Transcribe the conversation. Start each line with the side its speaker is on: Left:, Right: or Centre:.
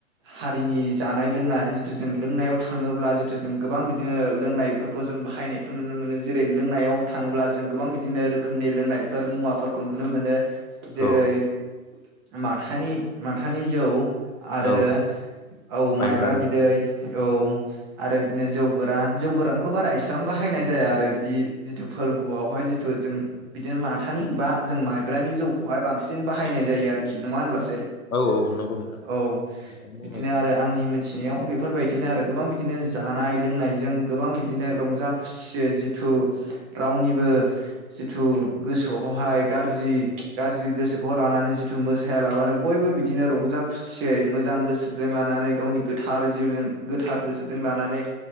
Right: हारिनि जानाय लोंनाय जिथु जों लोंनायाव थाङोब्ला जिथु जों गोबां बिदिनो लोंनायफोरखौ जों बाहायनायखौ नुनो मोनो जेरै लोंनायाव थाङोब्ला जों गोबां बिदिनो रोखोमनि लोंनायफोर मुवाफोरखौ नुनो मोनो। जेरै
Left: औ
Right: माथानि माथानि जौ आरो
Left: औ
Right: औ
Left: माइब्रानि
Right: माइब्रा बिदै औ आरो बिदिनो जौ गोरान जौ गोरानखौ बारा एस बां बाहायनाय जाया आरो बिदि जिथु फोर्बो आवहाय जि थु जों बिदिनो माथानि बा जों माइब्रानि जौखौहाय बांसि सिन बाहायनाय जायो आरोखि नङा होमब्ला?
Left: औ औ नंगौ नोंथां
Right: औ
Left: नोंथां बुंनाय
Right: बिदिनो आरो आंनि थिनायाव बेफोरबायदिनो आरो गोबां बिदिनो जानाय लोंनायजों गोबां बिदिनो रंजा खुसि जिथु रावनिबो जिथु गोसोआवहाय गाज्रि गाज्रि गोसो खौ लानानै जिथु मोसाया लाबानो बयबो बिदिनो रंजा खुसियै मोजां गोसोजों लानानै गावनि गोथार जिउजों गोथार गोसोजों लानानै